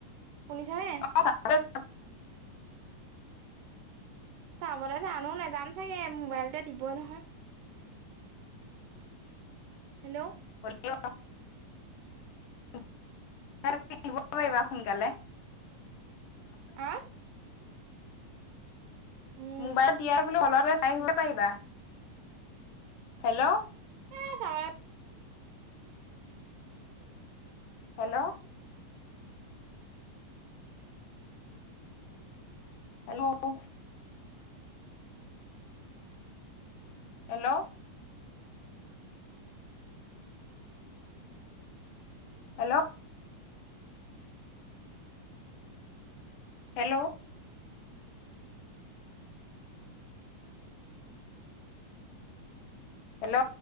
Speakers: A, on the right; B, on the left.
A: শুনিছানে।
B: <unintelligible>
A: চাবলৈ জানো নেজাম চাগে মোবাইলতে দিবই নহয়। হেল্ল'
B: হলেও আৰু <unintelligible> দিব পাৰিবা সোনকালে
A: অ উম
B: মোবাইলত দিয়ে বোলো হলতে চাই আহিব পাৰিবা হেল্ল'।
A: <unintelligible>
B: হেল্ল'। হেল্ল ক হেল্ল'। হেল্ল'। হেল্ল'। হেল্ল